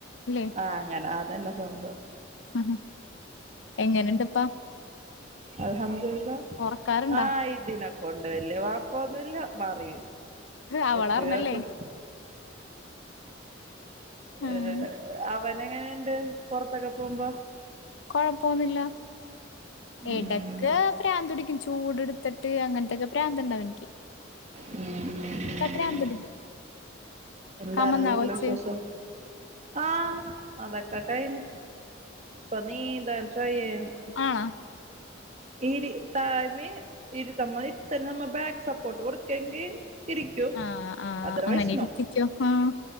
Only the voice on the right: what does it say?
ആ അങ്ങനെ അതന്നെ സ്വന്തം
അൽഹംദുലില്ല
ആഹ ഇതിനിന കൊണ്ട് വലിയ കുഴപ്പൊന്നുമില്ല മാറി
വെച്ചുകക്കും
ഏ അവന ങ്ങനെണ്ട് പുറത്തൊക്കെ പോകുമ്പോ
ഉം.
ഉം ഉം ഉം ഉം
എന്താണ്
വീട്ടില
വിശേഷം ആഹ അതൊക്കെ കഴിഞ്ഞ പ്പ നീണ്ട <unintelligible>
ഇരി തായ്മേ ഇരിത്തുമ്മേ നമ്മ ഇരുത്തുമ്മെ നമ്മ ബാക്ക് സപ്പോർട്ട് കൊടുക്കെങ്കി ഇരിക്കും
അതർവൈസ്
നോ